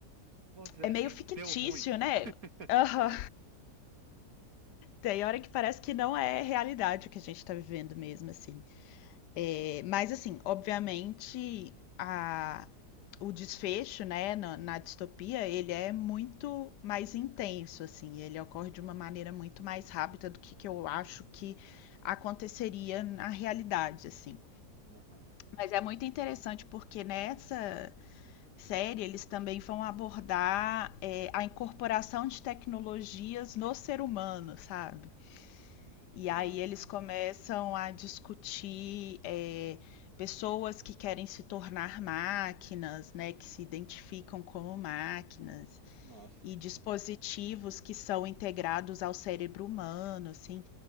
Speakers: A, on the right (about 60°); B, on the left (about 90°).
A: Vamos dizer
B: é
A: assim,
B: meio fictício,
A: deu ruim.
B: né? Aham.
A: É.
B: Tem hora que parece que não é realidade o que a gente tá vivendo mesmo, assim. É, mas, assim, obviamente, a, o desfecho, né, na, na distopia, ele é muito mais intenso, assim, ele ocorre de uma maneira muito mais rápida do que, que eu acho que aconteceria na realidade, assim.
A: Aham.
B: Mas é muito interessante porque nessa série eles também vão abordar é, a incorporação de tecnologias no ser humano, sabe? E
A: Ah,
B: aí eles começam a discutir é, pessoas que querem se tornar máquinas, né, que se identificam como máquinas,
A: nossa.
B: e dispositivos que são integrados ao cérebro humano, assim.